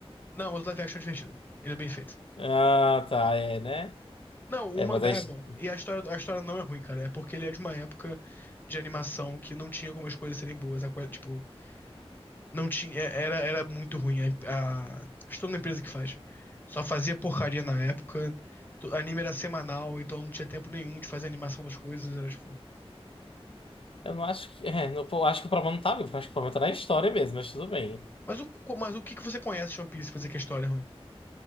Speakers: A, on the left (about 20°); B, on the left (about 60°).
A: Não, mas o live action é divertido. Ele é bem feito.
B: Ah, tá, é, né?
A: Não, o
B: É,
A: mangá
B: mas a his-
A: é bom. E a história, a história não é ruim, cara. É porque ele é de uma época de animação que não tinha como as coisas serem boas. A coisa, tipo, Não tinha, é, era, era muito ruim. A, a, estou na empresa que faz. Só fazia porcaria na época. Tu- Anime era semanal, então não tinha tempo nenhum de fazer a animação das coisas. Era tipo.
B: eu não acho que. é, não- eu acho que o problema não tá vivo, acho que o problema tá na história mesmo, mas tudo bem.
A: Mas o, co- mas o que que você conhece de One Piece pra dizer que a história é ruim?